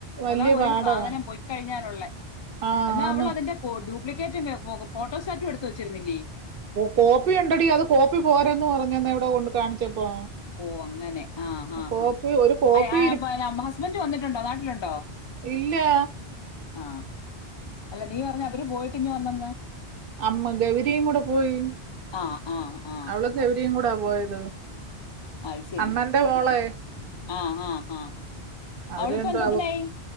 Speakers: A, on the right; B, on the left.
A: വല്യ
B: അതാ ഒര്
A: പാടാ
B: സാധനം പൊയിക്കഴിഞ്ഞാലുള്ളെ
A: ആ
B: എന്നാ
A: ആന്ന്
B: അവള് അതിന്റെ കൊ ടു പ്ലിക്കറ്റ്ന് പൊ ഫോട്ടോസാട്ടും എടുത്ത് വച്ചിരുന്നില്ലേ
A: കോപ്പി ഉണ്ടടി അത് കോപ്പി പോരന്ന് പറഞ്ഞന്നാ എവിടെ കൊണ്ട് കാണിച്ചപ്പോ
B: ഓ അങ്ങനെ ആ ആ
A: കോപ്പി
B: ആ
A: ഒരു കോപ്പി
B: <unintelligible> ഹസ്ബന്റ് വന്നിട്ടുണ്ടോ നാട്ടിലുണ്ടോ
A: ഇല്ലാ
B: ആ അല്ല നീ പറഞ്ഞവര് പോയിട്ട്ങ് വന്ന
A: അമ്മ ഗൗരിയും കൂടെ പോയി
B: ആ ആ ആ
A: അവള് ഗൗരിയും കൂടെ പോയത്
B: അത് ശരി
A: അണ്ണന്റെ മോളെ
B: ഉം. ആ ആ ആ
A: അവര്
B: അവള്പ്പന്തതിനായി
A: രണ്ടും അവ